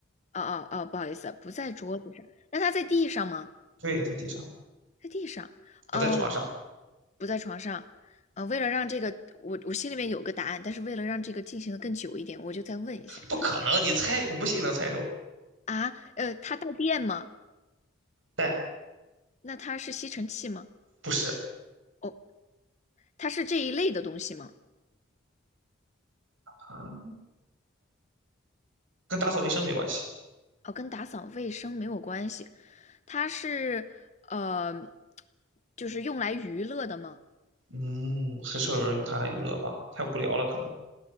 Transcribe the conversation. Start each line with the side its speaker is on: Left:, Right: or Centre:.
Left: 哦哦哦，不好意思，不在桌子上。那他在地上吗？
Right: 对，在地上，
Left: 在地上，
Right: 不在床上，
Left: 嗯、不在床上，呃，为了让这个我我心里面有个答案，但是为了让这个进行的更久一点，我就再问一下
Right: 不可能，你猜，我不信你能猜中，
Left: 啊，呃，它带电吗？
Right: 但
Left: 那它是吸尘器吗？
Right: 不是
Left: 哦，它是这一类的东西吗？
Right: 啊，跟打扫卫生没关系，
Left: 哦，跟打扫卫生没有关系，它是呃，就是用来娱乐的吗？
Right: 嗯，很少有人用它来娱乐吧？太无聊了，可能。